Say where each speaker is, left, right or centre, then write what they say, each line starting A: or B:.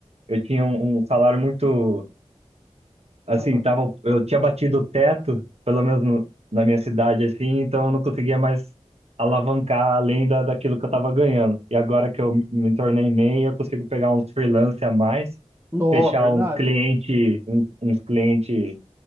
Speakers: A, on the right (about 60°); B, on the right (about 20°).
A: eu tinha um um salário muito assim,
B: Ah,
A: tava, eu tinha batido o teto, pelo menos no- na minha cidade, assim, então eu não conseguia mais alavancar além da, daquilo que
B: uhum.
A: eu tava ganhando. E agora que eu me me tornei MEI, eu consigo pegar uns freelance a mais,
B: Nossa,
A: fechar
B: é verdade.
A: uns cliente, um- uns cliente